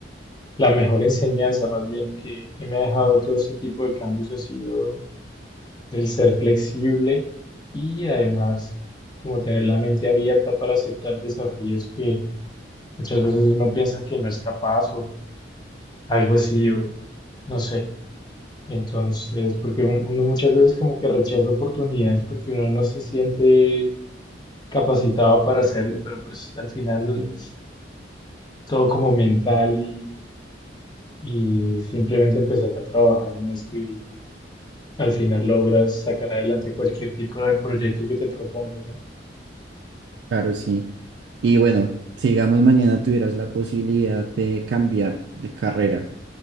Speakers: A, on the left (about 25°); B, on the right (about 65°).
A: la mejor enseñanza más bien que, que me ha dejado todo este tipo de cambios ha sido el ser flexible y además como tener la mente abierta para aceptar desafíos que muchas veces uno piensa que no es capaz o algo así, o no sé. Entonces, porque un- uno muchas veces como que rechaza oportunidades porque uno no se siente capacitado para hacerlo, pero pues al final es todo como mental y, y simplemente empezar a trabajar en esto y al final logras sacar adelante cualquier tipo de proyecto que te propongas, ¿no?
B: Claro, sí. Y bueno, si digamos mañana tuvieras la posibilidad de cambiar de carrera.